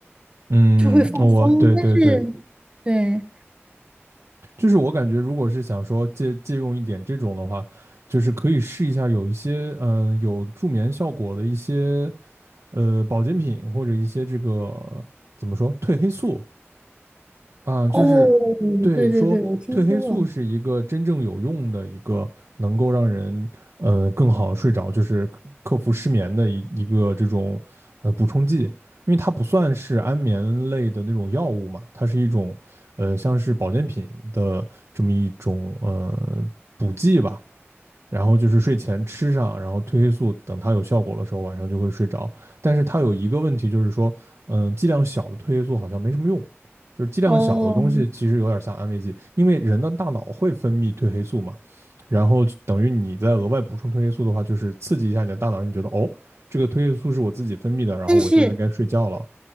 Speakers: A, on the right; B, on the right.
A: 嗯，
B: 就会放松。
A: 我对对对，
B: 但是，对，
A: 就是我感觉，如果是想说借借用一点这种的话，就是可以试一下有一些嗯、呃有助眠效果的一些呃保健品或者一些这个怎么说褪黑素，嗯，
B: 哦，
A: 就是对说褪黑素是一个真正有用的一个能够让人呃更好睡着，
B: 对对对，我听说过。
A: 就是克服失眠的一一个这种呃补充剂，因为它不算是安眠类的那种药物嘛，它是一种呃像是保健品的这么一种呃补剂吧。然后就是睡前吃上，然后褪黑素等它有效果的时候，晚上就会睡着。但是它有一个问题，就是说，嗯，剂量小的褪黑素好像没什么用，就是剂量小的东西其实有点像安慰剂，
B: 哦，
A: 因为人的大脑会分泌褪黑素嘛，然后等于你再额外补充褪黑素的话，就是刺激一下你的大脑，让你觉得哦，这个褪黑素是我自己分泌的，然后我现在该睡觉了。
B: 但是